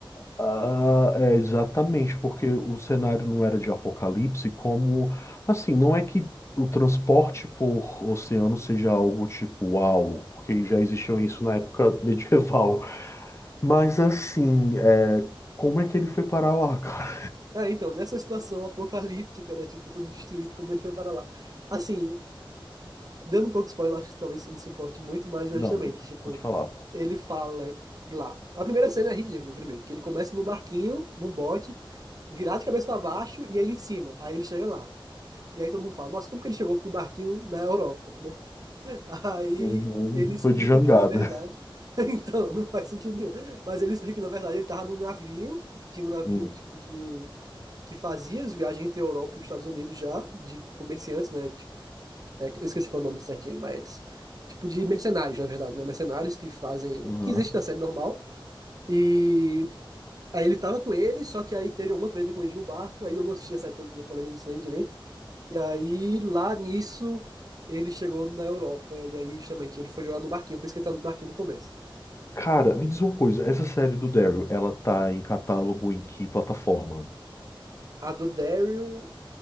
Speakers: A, on the left; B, on the right.
A: Ah, é, exatamente, porque o cenário não era de apocalipse, como assim, não é que o transporte por oceano seja algo tipo uau, porque já existiam isso na época <laughs> medieval. Mas assim, é, como é que ele foi parar lá, cara?
B: Ah, então, nessa situação apocalíptica, né? Tipo, tudo destruído, como ele foi para lá. Assim, Dando um pouco de spoiler, acho que talvez você não se importe muito, mas é
A: Não,
B: justamente, tipo,
A: pode falar.
B: ele fala lá. A primeira cena é ridícula, primeiro, que ele começa no barquinho, num bote, virado de cabeça para baixo e ele em cima. Aí ele chega lá. E aí todo mundo fala, nossa, como que ele chegou com um barquinho na Europa, né? <laughs> Aí
A: Uhum.
B: ele explica
A: Foi de jangada.
B: que, na verdade, <laughs> então, não faz sentido nenhum. Mas ele explica que, na verdade, ele tava num navio, que tinha um navio,
A: Hum.
B: tipo, de... que fazia as viagens entre a Europa e os Estados Unidos já, de comerciantes, né? De né, que eu esqueci qual é o nome certinho, mas tipo de mercenários, na verdade, né? Mercenários que fazem,
A: Aham.
B: que existe na série normal. E aí ele tava com eles, só que aí teve alguma treta com eles no barco, aí eu não assisti a série toda que eu falei, eu não sei direito. E aí lá nisso ele chegou na Europa e aí justamente ele foi jogar no barquinho, por isso que ele tá no barquinho no começo.
A: Cara, me diz uma coisa, essa série do Daryl, ela tá em catálogo em que plataforma?
B: A do Daryl,